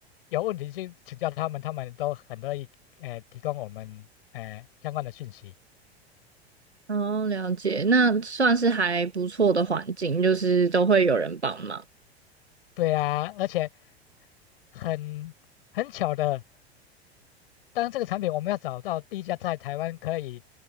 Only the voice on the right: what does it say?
哦，了解，那算是还不错的环境，就是都会有人帮忙。